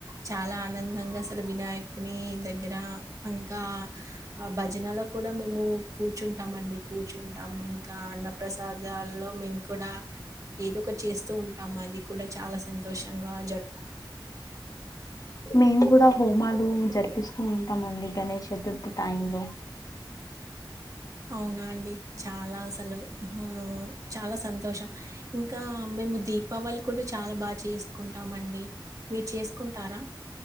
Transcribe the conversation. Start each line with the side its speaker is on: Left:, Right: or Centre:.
Right: చాలా ఆనందంగా అసలు వినాయకుని దగ్గర ఇంకా ఆ భజనలో కూడా మేము కూర్చుంటాం అండి కూర్చుంటాం ఇంకా అన్న ప్రసాదాల్లో మేము కూడా ఏదో ఒక చేస్ తూఉంటాము. అది కూడా చాలా సంతోషంగా జరుపు
Left: మేము కూడా హోమాలు జరిపిస్తూ ఉంటామండి గణేష్ చతుర్థి టైం లో
Right: అవునా అండి చాలా అసలు హ్మ్ చాలా సంతోషం ఇంకా మేము దీపావళి కూడా చాలా బా చేసుకుం టామండి మీరు చేసుకుంటారా